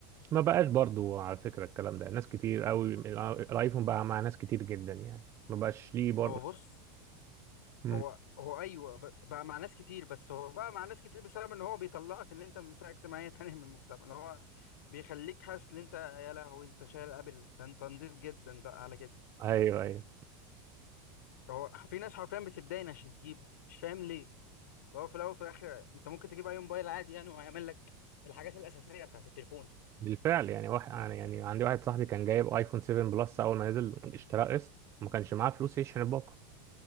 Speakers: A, on the right (about 30°); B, on the left (about 85°).
A: ما بقاش برضو على فكرة الكلام ده ناس كتير قوي الايفون بقى مع ناس كتير جدا يعني ما بقاش ليه برضو
B: هو بص
A: مم.
B: هو هو ايوه ب- بقى مع ناس كتير بس هو بقى مع ناس كتير بسبب ان هو بيطلعك ان انت من فئه اجتماعيه تانية من المجتمع ان هو بيخليك حاسس ان انت يا لهوي انت شايل قبل ده انت نضيف جدا بقى على كده
A: ايوه ايوه
B: هو في ناس حرفيا بتتداين عشان تجيبه مش فاهم ليه ده هو في الاول وفي الاخر انت ممكن تجيب اي موبايل عادي يعني وهيعمل لك الحاجات الاساسيه بتاعت التليفون
A: بالفعل يعني واحد يعني يعني عندي واحد صاحبي كان جايب ايفون 7 بلس اول ما نزل اشتراه قسط ما كانش معاه فلوس يشحن الباقه